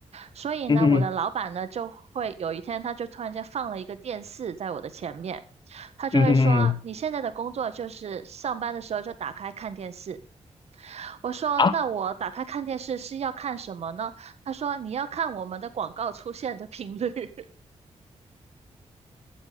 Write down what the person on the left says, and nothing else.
嗯哼
嗯哼嗯哼
啊，